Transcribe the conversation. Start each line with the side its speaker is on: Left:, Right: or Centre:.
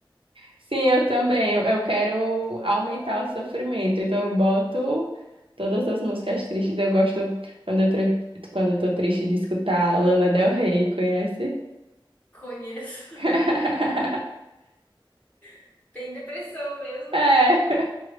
Right: Sim, eu também. Eu, eu quero aumentar o sofrimento. Então eu boto todas as músicas tristes. Eu gosto quando eu, tre- quando eu tô triste de escutar Lana Del Rey, conhece?
Left: Conheço.
Right: <laughs>
Left: <laughs> Tem depressão mesmo.
Right: É,